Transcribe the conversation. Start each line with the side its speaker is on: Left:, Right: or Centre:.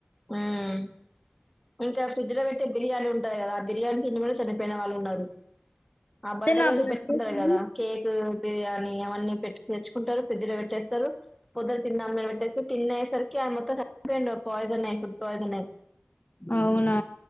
Centre: ఉమ్మ్మ్ ఇంకా ఫ్రిడ్జ్ లో పెట్టే బిర్యానీ ఉంటది కదా ఆ బిర్యానీ తిని కూడా చనిపోయిన వాళ్ళు ఉన్నారు ఆ
Left: అయితే
Centre: బర్డే
Left: నా
Centre: రోజు
Left: బర్త్‌డేకి
Centre: పెట్టుకుంటారు కదా కేక్ బిర్యానీ అవన్నీ పెట్టి తెచ్చుకుంటారు ఫ్రిజ్ లో పెట్టేస్తారు బొదదు తింద పెట్టేస్తే తినేసరికి మొత్తం చనిపోయిండు పోయిషన్ అయి ఫుడ్ పోయిషన్ అయ్యి
Left: అవునా